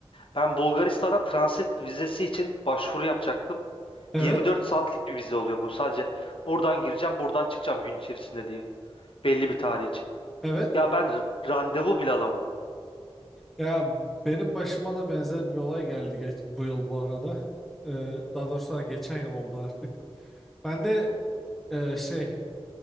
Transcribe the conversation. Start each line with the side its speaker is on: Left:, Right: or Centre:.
Left: Ben Bulgaristan'a transit vizesi için başvuru yapacaktım.
Centre: Evet.
Left: 24 saatlik bir vize oluyor bu. Sadece buradan gireceğim, buradan çıkacağım gün içerisinde diye. Belli bir tarih için.
Centre: Evet.
Left: Ya ben r- randevu bile alamadım.
Centre: Ya benim başıma da benzer bir olay geldi geç, bu yıl bu arada. Ee, daha doğrusu geçen yıl oldu artık. Ben de e, şey